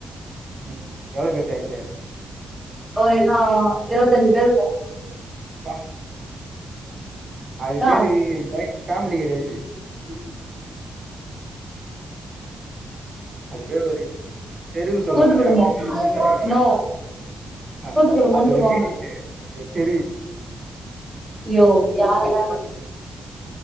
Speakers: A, on the right (about 40°); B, in the centre.
A: ம் எவ்ளோ பேரு ஜாயின்ட்டு
B: ஒரு அ இருவத்தஞ்சு பேரு இருப்போ
A: ப்பா அது
B: நா
A: பேரு ஜாயிண்ட் ஃபேமிலி கெடையாது
B: <unintelligible>
A: அது பேரு ஒரு தெருவு
B: கூட்டு
A: சொல்லுவாங்கல்ல
B: குடும்பொ
A: ஒரு தெரு ஃபுல்லா இருக்கிறீங்க
B: நோ
A: ஆ
B: கூட்டக்குடும்பன்னு
A: அது
B: சொல்வாங்க
A: ஒரு வீடு இல்ல அது ஒரு தெரு
B: யோ யார் யா